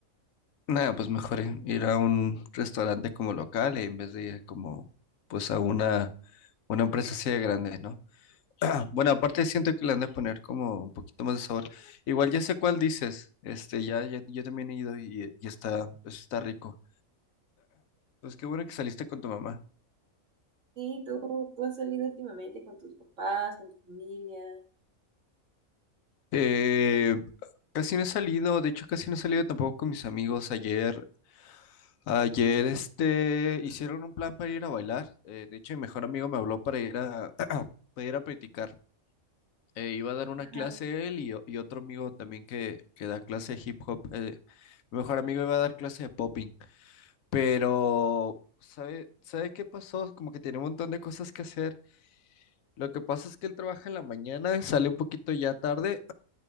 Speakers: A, on the left; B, on the right.
A: Nada, pues mejor i- ir a un restaurante como local en vez de ir como pues a una, una empresa así de grande, ¿no? <clears throat> Bueno, aparte siento que le han de poner como un poquito más de sabor. Igual ya sé cuál dices. Este, ya, ya- yo también he ido y, y está, pues, está rico. Pues qué bueno que saliste con tu mamá.
B: Sí, tú, tú has salido últimamente con tus papás, con tu familia.
A: Eh, casi no he salido, de hecho casi no he salido tampoco con mis amigos. Ayer Ayer este, hicieron un plan para ir a bailar. eh, de hecho, mi mejor amigo me habló para ir a, <clears throat> para ir a practicar. Eh, iba a dar una
B: Ajá.
A: clase él y, o- y otro amigo también que, que da clase de hip hop. eh, mi mejor amigo iba a dar clase de popping. Pero, ¿sabe, sabe qué pasó? Como que tiene un montón de cosas que hacer. Lo que pasa es que él trabaja en la mañana, sale un poquito ya tarde